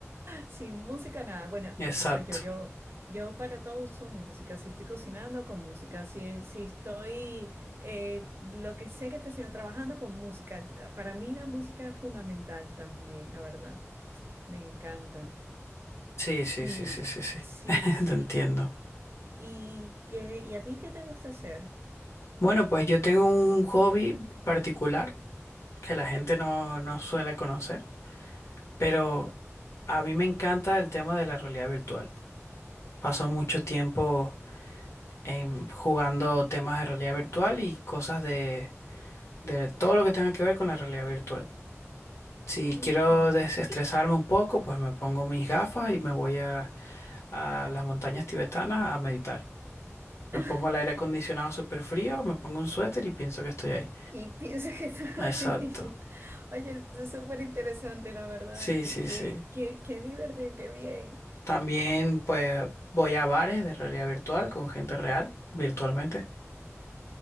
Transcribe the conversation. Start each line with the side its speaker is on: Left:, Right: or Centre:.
Right: Sin música nada. Bueno,
Left: Exacto.
Right: así soy yo. Yo, yo para todo uso música. Si estoy cocinando, con música. Si, si estoy, eh, lo que sé que estoy haciendo, trabajando con música. Para mí la música es fundamental también, la verdad. Me encanta.
Left: Sí, sí,
Right: Y
Left: sí, sí, sí, sí.
Right: sí,
Left: <laughs>
Right: sí.
Left: Te entiendo.
Right: ¿Y qué, y a ti qué te gusta hacer?
Left: Bueno, pues yo tengo un hobby particular que la gente no, no suele conocer. Pero a mí me encanta el tema de la realidad virtual. Paso mucho tiempo en, jugando temas de realidad virtual y cosas de, de todo lo que tenga que ver con la realidad virtual. Si
Right: Oye.
Left: quiero desestresarme un poco, pues me pongo mis gafas y me voy a, a las montañas tibetanas a meditar. Me
Right: <laughs>
Left: pongo el aire acondicionado súper frío, me pongo un suéter y pienso que estoy ahí.
Right: Y piensa que está ahí.
Left: Exacto.
Right: <laughs> Oye, eso es súper interesante, la verdad.
Left: Sí,
Right: Qué,
Left: sí,
Right: qué,
Left: sí.
Right: qué, qué divertido, qué bien.
Left: También pues voy a bares de realidad virtual con gente real, virtualmente.